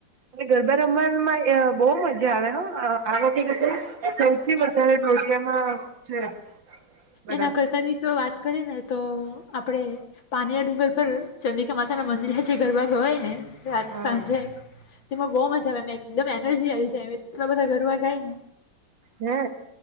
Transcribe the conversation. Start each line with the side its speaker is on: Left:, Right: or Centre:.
Right: અને ગરબા રમવામાં બહુ મજા આવે આ વખતે સૌથી વધારે દોડિયામાં છે. બધા
Left: એના કરતા બી તો વાત. કરી ને તો આપડે પાનેરા ડુંગર પર ચંદ્રિકા માતા ના મંદિર જે ગરબા ગવાય ને. રાત
Right: હા
Left: સાંજે. તેમાં બહુ મજા આવે એકદમ એનર્જી આવી જાય એટલા બધા ગરવા ગાય ને.
Right: હે